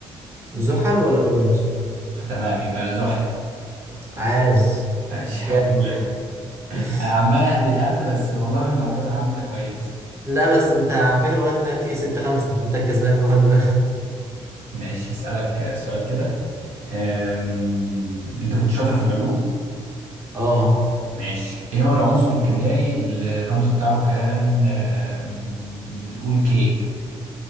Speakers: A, on the right; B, on the right.
A: زحل ولا اورانوس
B: خ- تمام يبقى زحل
A: عاش
B: ماشي الحمد
A: جامد والله
B: لله <laughs>
A: <laughs>
B: انا عمال اهبد هبد بس والله في المعلومات العامة انا كويس
A: لا بس انت على فكرة لغاية دلوقتي ستة خمسة انت الكسبان لغاية
B: ماشي هسألك سؤال كده أم... انت كنت شاطر في العلوم
A: اه اه
B: ماشي ايه هو العنصر الكيميائي اللي الرمز بتاعه كان أم... قول كي